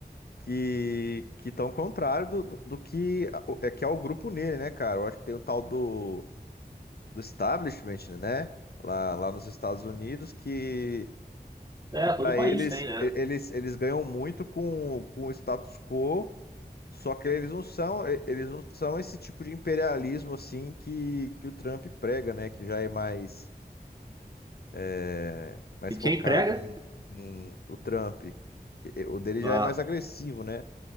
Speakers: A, on the left; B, on the right.
A: que que estão contrário do, do, do que a- o- é que é o grupo nele, né, cara? Eu acho que tem o tal do, do establishment, né? Lá, lá nos Estados Unidos que
B: É,
A: que para
B: todo país
A: eles
B: tem, né?
A: e- eles eles ganham muito com, com o status quo, só que eles não são e- eles não são esse tipo de imperialismo assim que que o Trump prega, né? Que já é mais é, mais
B: E quem
A: focado
B: prega?
A: em, em o Trump. E- O dele
B: Ah.
A: já é mais agressivo, né?